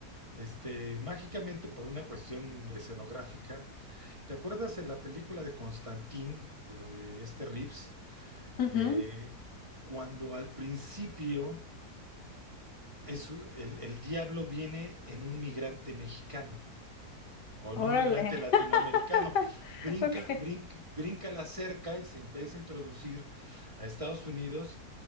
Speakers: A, on the right; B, on the left.
A: este, mágicamente por una cuestión escenográfica. ¿Te acuerdas de la película de Constantine, de este Reeves?
B: <laughs> Ujú.
A: Eh, cuando al principio es, el, el diablo viene en un migrante mexicano o en
B: Órale.
A: un migrante latinoamericano,
B: <laughs>
A: brinca,
B: Ok.
A: brinca, brinca la cerca y se empieza a introducir a Estados Unidos